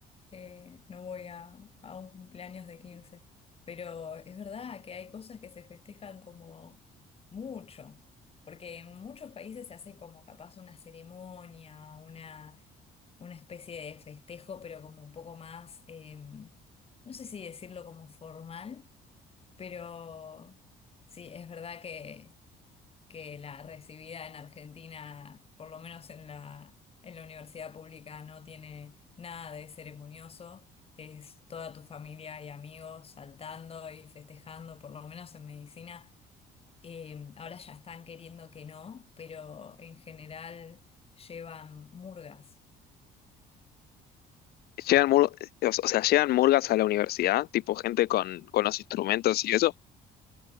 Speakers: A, on the left; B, on the left.
A: eh, no voy a, a un cumpleaños de quince Pero es verdad que hay cosas que se festejan como mucho, porque en muchos países se hace como capaz una ceremonia, una, una especie de festejo, pero como un poco más, em, no sé si decirlo como formal, pero sí, es verdad que que la recibida en Argentina, por lo menos en la, en la universidad pública, no tiene nada de ceremonioso. Es toda tu familia y amigos saltando y festejando, por lo menos en medicina. Eh, ahora ya están queriendo que no, pero en general llevan murgas.
B: Llegan mur- o sea, llegan murgas a la universidad, tipo gente con, con los instrumentos y eso.